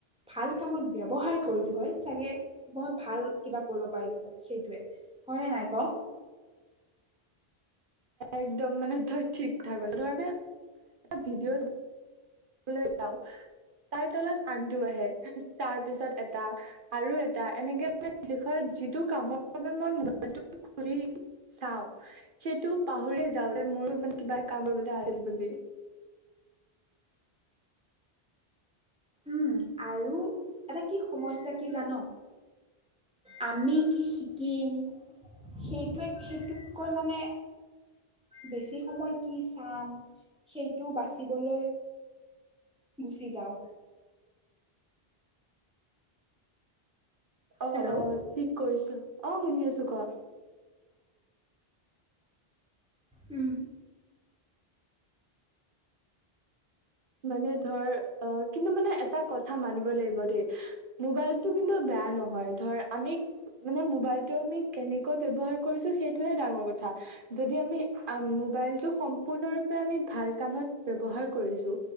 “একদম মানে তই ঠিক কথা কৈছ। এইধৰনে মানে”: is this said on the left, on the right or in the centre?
Right